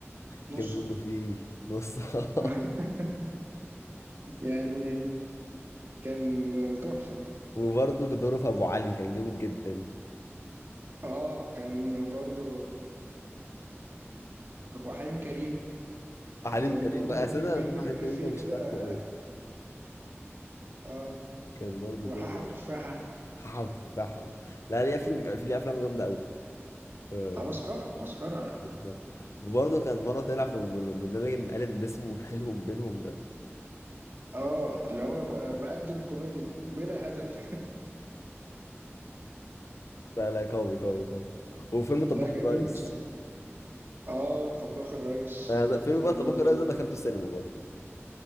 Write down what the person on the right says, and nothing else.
نصه
<laughs> يعني كان تحفة
اه كان برضو <laughs> وحليم كريم
كان
برضو
بيرمي
بيرمي
كام
افيه
كده
اه
وحاحة
وتفاحة
اه مسخرة مسخرة
اه اللي هو ب- بقدم كوميديا بلا هدف
ده
جميل بصراحة اه طباخ الريس
كان
برضو